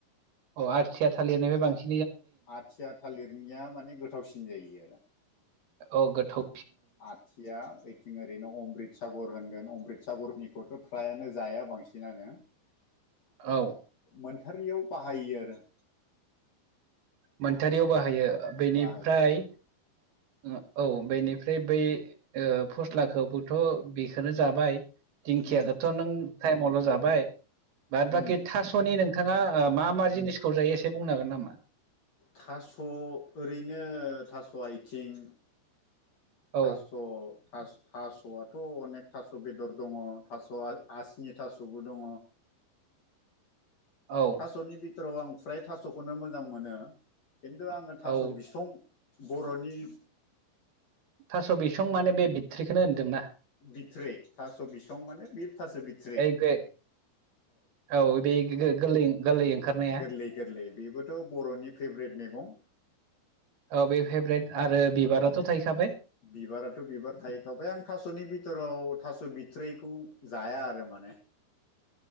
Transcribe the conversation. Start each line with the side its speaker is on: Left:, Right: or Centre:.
Right: औ आथिया थालिरनिफ्राय बांसिन
Left: आथिया थालिरनिया माने गोथावसिन जायो आरो।
Right: औ गोथौव
Left: आथिया ओइथिं ओरैनो अमरित सागर होनगोन। अमरितसागरनिखौथ' फ्रायानो जाया बांसिनानो।
Right: औ
Left: मोन थारियाव बाहायो आरो।
Right: मोनथारियाव बाहायो ओ बेनिफ्राय
Left: बाहायो बे
Right: ओ औ बेनिफ्राय बै ओ फस्लाखौबोथ' बेखौनो जाबाय। दिंखियाखौथ'
Left: उम
Right: नों टाइमावल' जाबाय बाद
Left: उम
Right: बाखि थास'नि नों नोंथाङा ओ मा मा जिनिसखौ जायो एसे बुंनो हागोन नामा?
Left: थास' ओरैनो थास' आयथिं
Right: औ
Left: थास' थास थास'आथ' अनेक थास' बेदर दङ थास'आ आसिनि थास'बो दङ
Right: औ
Left: थास'नि बिथोराव आं फ्राय थास'खौनो मोजां मोनो खिन्थु आङो थास'
Right: औ
Left: बिसं बर'नि
Right: थास' बिसं माने बे बिथरायखौनो होनदोंना?
Left: बिथराय थास' बिसं माने बि थास' बिथराय।
Right: ओइ बे औ बे गिदिर गोरलै गोरलै ओंखारनाया
Left: गोरलै गोरलै बेबोथ' बर'नि भेब्रेट मैगं।
Right: औ बे भेबरेट आरो बिबाराथ'
Left: भेब्रेट
Right: थाहैखाबाय
Left: बिबाराथ' बिबार थायै खाबाय आं थास'नि बिथोराव थास' बिथराइखौ जाया आरो माने